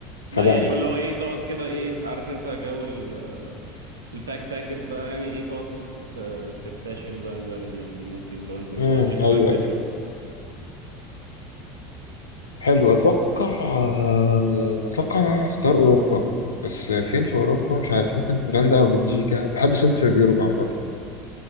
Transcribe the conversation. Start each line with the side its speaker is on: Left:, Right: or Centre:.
Right: لا
Left: خدعني
Right: يعني اللي هو إيه تقعد كده إيه عارف أنت جو ال آه، الباك باكرز بقى يعني إيه تقعد تست... ت- تكتشف بقى البلد يعني ممكن لو أنت البادجت
Left: امم ايوه
Right: معاك تسمح
Left: ايوه حلو اتوقع آه، اتوقع ان انا هختار اوروبا بس فين في اوروبا مش عارف ممكن هولندا او بلجيكا بحب سنترال يوروب عامه